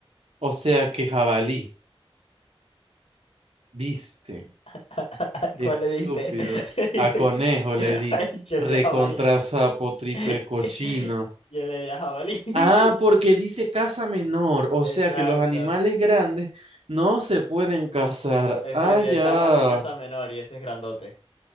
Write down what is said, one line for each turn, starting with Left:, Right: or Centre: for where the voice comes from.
Right: o sea que jabalí. Viste,
Left: <laughs> ¿Cuál
Right: estúpido.
Left: le diste? <laughs>
Right: A conejo le di.
Left: Ay, yo
Right: Recontra
Left: le di a jabalí.
Right: sapo, triple
Left: <laughs>
Right: cochino.
Left: Yo le di a jabalí. <laughs>
Right: Ah, porque dice casa menor, o
Left: Exacto.
Right: sea que los animales grandes no se pueden cazar.
Left: Exacto.
Right: Ah,
Left: Y
Right: ya.
Left: ahorita hablando de casa menor y ese es grandote.